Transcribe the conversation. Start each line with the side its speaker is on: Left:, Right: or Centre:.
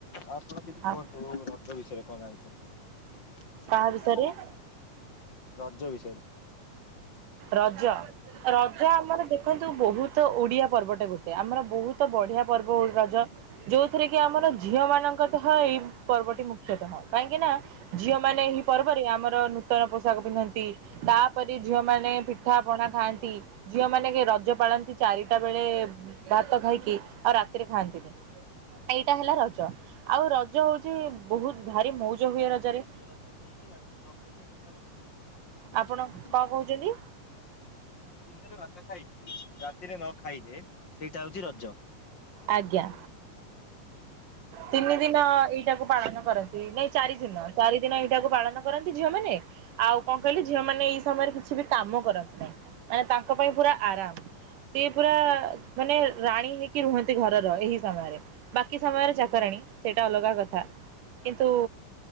Left: ଆପଣ କିଛି
Right: ଆ
Left: କୁହନ୍ତୁ ରଜ ବିଷୟରେ କଣ ଜାଣିଛନ୍ତି?
Right: କାହା ବିଷୟରେ
Left: ରଜ ବିଷୟରେ।
Right: ରଜ ରଜ ଆମର ଦେଖନ୍ତୁ ବହୁତ ତ ଓଡିଆ ପର୍ବଟେ ଗୋଟେ ଆମର ବହୁତ ବଢିଆ ପର୍ବ ରଜ ଯୋଉଥିରେ କି ଆମର ଝିଅ ମାନଙ୍କ ଏଇ ପର୍ବଟି ମୁଖ୍ୟତଃ କାହିଁକି ନା ଝିଅ ମାନେ ଏହି ପର୍ବରେ ଆମର ନୂତନ ପୋଷାକ ପିନ୍ଧନ୍ତି ତାପରେ ଝିଅମାନେ ପିଠାପଣା ଖାଆନ୍ତି ଝିଅମାନେ କି ରଜ ପାଳନ୍ତି ଚାରିଟା ବେଳେ ଭାତ ଖାଇକି ଆଉ ରାତିରେ ଖାଆନ୍ତିନି। ଏଇଟା ହେଲା ରଜ ଆଉ ରଜ ହଉଛି ବହୁତ ଭାରି ମଉଜ
Left: ତ
Right: ହୁଏ
Left: କାଇକ
Right: ରଜରେ
Left: ରାକ <inaudible> ଦିନରେ
Right: ଆପଣ କଣ କହୁଛନ୍ତି
Left: ଭାତ ଖାଇଚି ରାତ ତିରେ ନ ଖାଇଲେ ସେଇଟା ହଉଛି ରଜ।
Right: ଆଜ୍ଞା। ତିନି ଦିନ ଏଇଟାକୁ ପାଳନ କରନ୍ତି ନାଇଁ ଚାରି ଦିନ ଚାରି ଦିନ ଏଇଟାକୁ ପାଳନ କରନ୍ତି ଝିଅ ମାନେ ଆଉ କଣ କହିଲି ଝିଅ ମାନେ ଏଇ ସମୟରେ କିଛି ବି କାମ କରନ୍ତି ନାହିଁ ମାନେ ତାଙ୍କ ପାଇଁ ପୁରା ଆରାମ ସେ ପୁରା ମାନେ ରାଣୀ ହେଇକି ରୁହ ନ୍ତି ଘରର ଏହି ସମୟରେ ବାକି ସମୟରେ ଚାକରାଣୀ ସେଇଟା ଅଲଗା କଥା। କିନ୍ତୁ